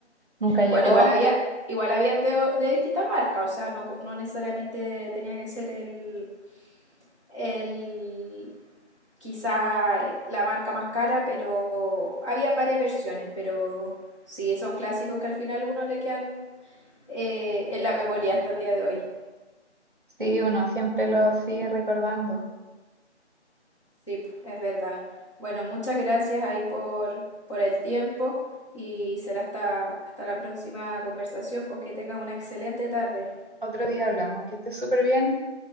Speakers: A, on the right; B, on the left.
A: nunca llegó.
B: Bueno, igual había,
A: <laughs>
B: igual habían de, de distintas marcas, o sea, no, no necesariamente tenía que ser el, el quizás eh, la marca más cara, pero habían varias versiones, pero sí, son clásicos que al final a uno le quedan eh, en la memoria hasta el día de hoy.
A: Sí, uno siempre lo sigue recordando.
B: Sí, po, es verdad. Bueno, muchas gracias ahí por, por el tiempo y será hasta, hasta la próxima conversación, pues que tengan una excelente tarde.
A: Otro día hablamos, que estés súper bien.